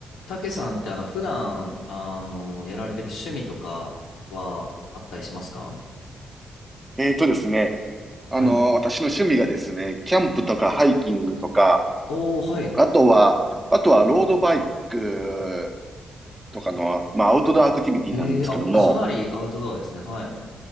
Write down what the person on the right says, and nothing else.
えーとですね、あのー私の趣味がですね、
キャンプとかハイキングとか、
あとは、あとはロードバイクとかの、まあ、アウトドアアクティビティなんですけども、